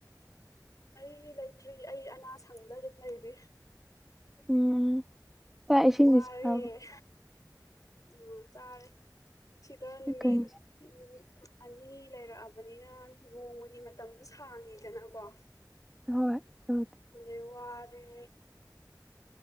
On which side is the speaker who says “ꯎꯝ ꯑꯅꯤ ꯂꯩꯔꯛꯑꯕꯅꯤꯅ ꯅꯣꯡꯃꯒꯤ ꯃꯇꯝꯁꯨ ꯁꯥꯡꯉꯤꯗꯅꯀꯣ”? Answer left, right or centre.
Left